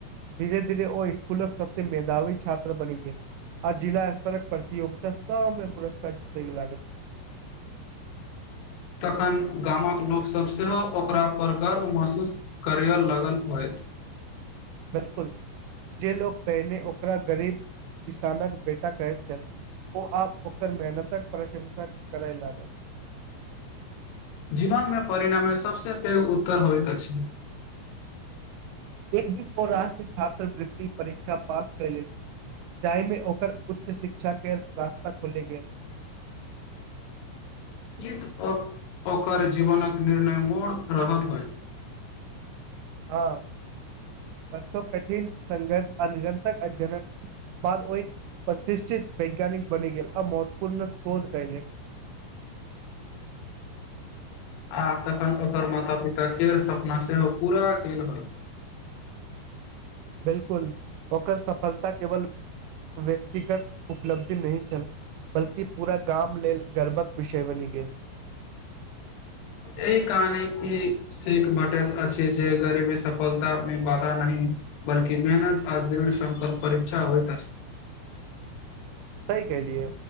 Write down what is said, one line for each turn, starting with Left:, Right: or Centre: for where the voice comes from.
Right: धीरे - धीरे ओ इस्कूलक सबसे मेधावी छात्र बनि गेल आ जिला स्तरक प्रतियोगिता सब मे पुरस्कार जीतेय लागल
Left: तखन गामक लोकसभ सेहो ओकरापर गर्व महसूस करियल लागल होइत
Right: बिलकुल जे लोको पहिने ओकरा गरीब किसानक बेटा कहैत छल ओ आब ओकर मेहनतक प्रशंसा करै लागल
Left: जीवन मे परिणामे सबसे पैघ उत्तर होइत अछि
Right: एक दिन ओ राष्ट्रीय छात्रवृति परीक्षा पास कैलेल जाहि मे ओकर उच्च शिक्षा केँ रास्ता खुली गेल
Left: एक ओर ओकर जीवनक निर्णय मोड़ रहल होइत
Right: हँ आओर सब कठिन संघर्ष आ निरन्तक अध्यनक बाद ओहि प्रतिष्ठित वैज्ञानिक बनि गेल आ महत्वपूर्ण शोध कैयलेक
Left: आ तखन ओकर माता पिता केर सपना सेहो पूरा केल होइत
Right: बिलकुल ओकर सफलता केवल व्यक्तिगत उपलब्धि नहि छल बल्कि पूरा गाम लेल गर्वक विषय बनि गेल
Left: एहि कहानी ई सीख भेटैत अछि जे गरीबी सफलता मे बाधा नहि बलकि मेहनत आ दृढ़ संकल परीक्षा होइत अछि
Right: सही कलियै